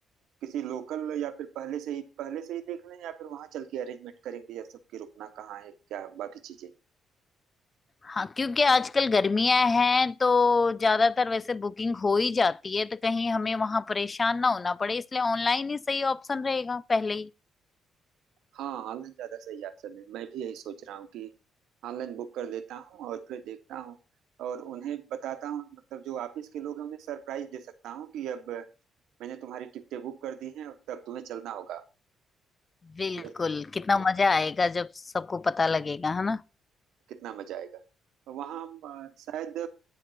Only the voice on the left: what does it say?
हाँ क्योंकि आजकल गर्मियां हैं तो ज्यादातर वैसे बुकिंग हो ही जाती है तो कहीं हमें वहां परेशान ना होना पड़े इसलिए ऑनलाइन ही सही ऑप्शन रहेगा पहले ही
बिल्कुल
कितना मजा आएगा जब सबको पता लगेगा है ना